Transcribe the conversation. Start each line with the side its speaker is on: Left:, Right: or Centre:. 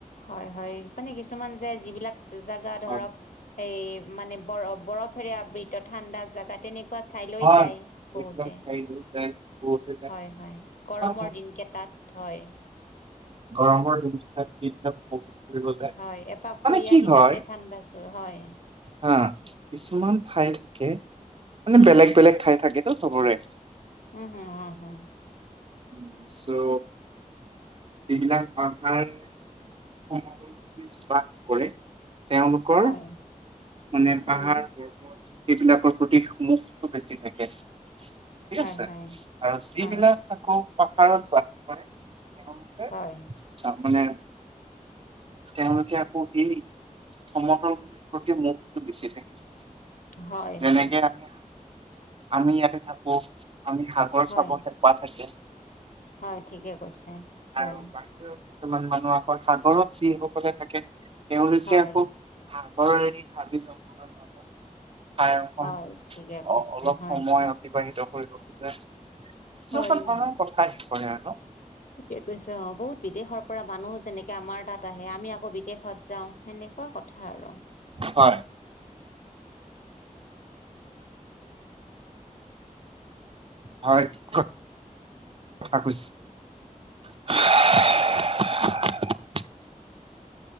Left: হয় হয় মানে কিছুমান যায় যিবিলাক জেগা ধৰক
Right: হয় নে?
Left: এই মানে বৰ বৰফেৰে আবৃত ঠাণ্ডা জাগা তেনেক পা ঠাইলৈ
Right: হয়
Left: যায়
Right: হয় এইবিলাক
Left: বহুতে।
Right: ঠাইলৈ যায় বহুতে যায়
Left: হয় হয় গৰমৰ
Right: হয় হয়।
Left: দিনকেইটাত হয়।
Right: গৰমৰ দিনটো উপভোগ কৰিব যায়,
Left: হয়, এপাক ফুৰি
Right: মানে কি
Left: আহি
Right: হয়?
Left: তাতে ঠাণ্ডা জোৰ হয়।
Right: হা কিছুমান ঠাই থাকে মানে বেলেগ বেলেগ ঠাই থাকেতো সবৰে।
Left: উম হুম অ হু।
Right: উম, চ' যিবিলাক পাহাৰ সমভূমিত বাস কৰে, তেওঁলোকৰ
Left: হয়,
Right: মানে
Left: উম,
Right: পাহাৰ- পৰ্বত এইবিলাকৰ প্ৰতি মূহটো বেছি থাকে। ঠিক
Left: হয়,
Right: আছে,
Left: হয়,
Right: আৰু যিবিলাক
Left: হয়,
Right: আকৌ পাহাৰত বাস কৰে
Left: হয়,
Right: মানে তেওঁলোকে আকৌ এই সমতলিৰ প্ৰতি মুখটো বেছি থাকে।
Left: হয়
Right: যেনেকে
Left: হয়।
Right: আমি আমি ইয়াতে থাকোঁ, আমি সাগৰ
Left: হয়,
Right: চাব হেঁপাহ থাকে।
Left: হয় ঠিকে কৈছে। হয়,
Right: আৰু বাহিৰৰ কিছুমান মানুহ আকৌ সাগৰত যিসকলে থাকে। তেওঁলোকে
Left: হয়,
Right: আকৌ সাগৰ এৰি হাবি জংঘলৰ মাজত ঠাই
Left: হয়, ঠিকে কৈছে,
Right: অ অলপ
Left: হয়,
Right: সময়
Left: হয়,
Right: অতিবাহিত কৰিব খোজে, এনেকুৱা
Left: হয়,
Right: ধৰণৰ কথা আহি পৰে ন।
Left: কি কৈছ অ বহুত বিদেশৰ পৰা মানুহ যেনেকে আমাৰ তাত আহে আমি আকৌ বিদেশত যাওঁ সেনেকুৱা কথা। ধাৰ ৰূম।
Right: হয়। হয় ঠিক কথা কৈছে? <unintelligible>